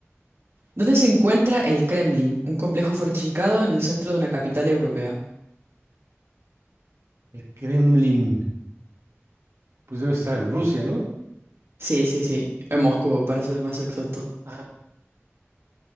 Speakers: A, on the right; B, on the right.
A: ¿Dónde se encuentra el Kremlin, un complejo fortificado en el centro de una capital europea?
B: El Kremlin, pues debe estar en Rusia, ¿no?
A: Sí, sí, sí, en Moscú, para ser más exacto.
B: Ah,